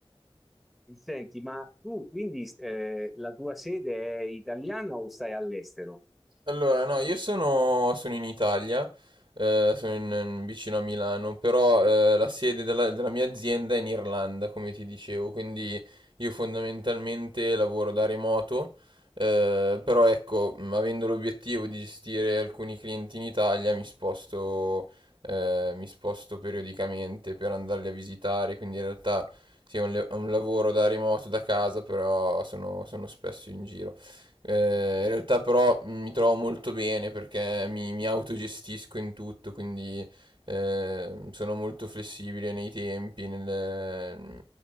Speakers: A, in the centre; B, on the right (about 60°).
A: Senti, ma tu quindi eh, la tua sede è italiana o stai all'estero?
B: Allora, no, io sono, sono in Italia, eh, sono in- vicino a Milano, però eh, la sede della, della mia azienda è in Irlanda, come ti dicevo, quindi io fondamentalmente lavoro da remoto, eh, però ecco, mh, avendo l'obiettivo di gestire alcuni clienti in Italia, mi sposto, eh, mi sposto periodicamente per andarli a visitare, quindi in realtà sì, è un, le- è un lavoro da remoto, da casa, però sono sono spesso in giro. Eh, in realtà però mm, mi trovo molto bene perché mi, mi autogestisco in tutto, quindi eh, sono molto flessibile nei tempi, nel- mm,